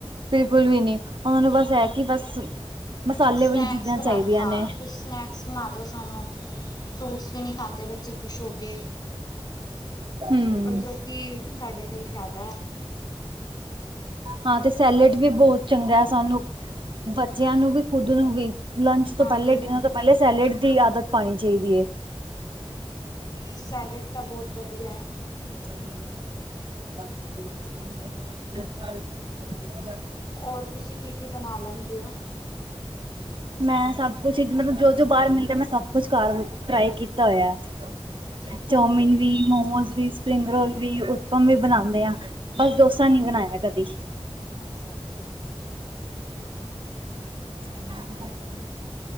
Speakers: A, on the right (about 55°); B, on the left (about 40°).
A: ਬਿਲਕੁੱਲ ਵੀ ਨੀ ਉਨਾਂ ਨੂੰ ਬਸ ਐ ਕਿ ਬਸ ਮਸਾਲੇ
B: ਸਨੈਕਸ
A: ਵਾਲੀ ਚੀਜ਼ਾਂ
B: ਬਣਾ
A: ਚਾਹੀਦੀਆਂ
B: ਦੋ ਹਾਂ
A: ਨੇ।
B: ਕੁਸ਼ ਸਨੈਕਸ ਬਣਾ ਦੋ ਸਾਨੂੰ ਫਰੂਟਸ ਵੀ ਨੀ ਖਾਂਦੇ ਬੱਚੇ ਖੁਸ਼ ਹੋ ਕੇ।
A: ਹੂੰ।
B: ਓ ਚੋਂ ਕਿ ਸਾਡੇ ਲਈ ਫ਼ਾਇਦੈ
A: ਹਾਂ ਤੇ ਸੈਲੇਡ ਵੀ ਬਹੁ ਚੰਗਾ ਐ ਸਾਨੂੰ ਬੱਚਿਆਂ ਨੂੰ ਵੀ, ਖ਼ੁਦ ਨੂੰ ਵੀ। ਲੰਚ ਤੋਂ
B: ਹਾਂ
A: ਪੈਲੇ
B: ਖੁਦ
A: ਡਿਨਰ
B: ਨੂੰ ਵੀ
A: ਤੋਂ ਪੈਲੇ ਸੈਲੇਡ ਦੀ ਆਦਤ ਪਾਣੀ ਚਾਈਦੀ ਏ।
B: ਸੈਲਡ ਤਾਂ ਬੋਤ ਵਧੀਆ ਐ।
A: <inaudible>
B: ਔਰ ਤੁਸੀਂ ਕੀ-ਕੀ ਬਣਾ ਲੈਂਦੇ ਓ?
A: ਮੈਂ ਸਭ ਕੁਛ ਈ ਮਤਲਬ ਜੋ-ਜੋ ਬਾਰ ਮਿਲਦਾ ਮੈਂ ਸਭ ਕੁਛ ਘਰ ਟਰਾਏ ਕੀਤਾ ਹੋਇਆ ਐ।
B: ਅੱਛਾ ਅੱਛਾ
A: ਚੋਮਿਨ ਵੀ, ਮੋਮੋਸ ਵੀ, ਸਪਰਿੰਗ ਰੋਲ ਵੀ, ਉਪਮ ਵੀ ਬਣਾਦੇ ਆ। ਬਸ ਡੋਸਾ ਨਈ ਬਣਾਇਆ ਕਦੀ।
B: ਅੱਛਾ-ਅੱਛਾ।
A: <inaudible>